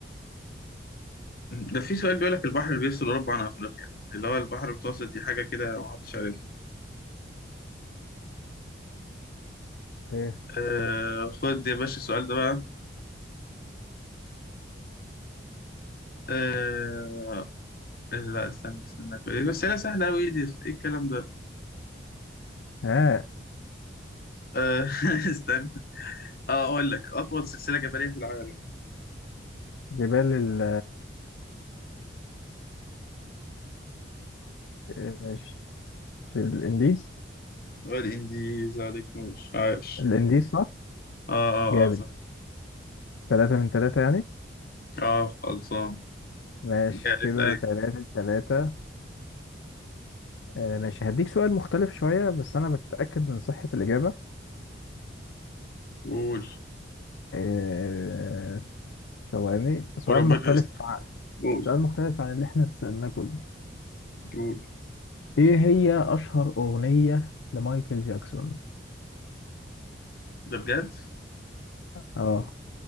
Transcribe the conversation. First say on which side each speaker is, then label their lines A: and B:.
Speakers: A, on the left; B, on the left.
A: ده في سؤال بيقول لك البحر اللي بيفصل أوروبا عن أفريقيا اللي هو البحر المتوسط دي حاجة كده محدش عارفها
B: ايه
A: أه، خد يا باشا السؤال ده بقى أه، لا استنى استنى بس هي سهلة أوي إيه دي إيه الكلام ده
B: ها
A: أه، <laughs> استنى اه اقول لك اطول سلسله جبليه في العالم
B: جبال ال آه، مش مش الإنديز
A: والانديز عليك نور عاش
B: الانديس صح
A: اه اه
B: جامد
A: اه صح
B: ثلاثة من ثلاثة يعني
A: اه خلصان
B: ماشي
A: جاي
B: كده
A: اسال انت
B: ثلاثة ثلاثة آه ماشي هديك سؤال مختلف شوية بس أنا بتأكد من صحة الإجابة
A: قول
B: آه، ثواني سؤال
A: وربنا
B: مختلف
A: يستر
B: عن
A: قول
B: سؤال مختلف عن اللي احنا تسألناه كله
A: قول
B: إيه هي أشهر أغنية لمايكل جاكسون؟
A: ده بجد
B: اه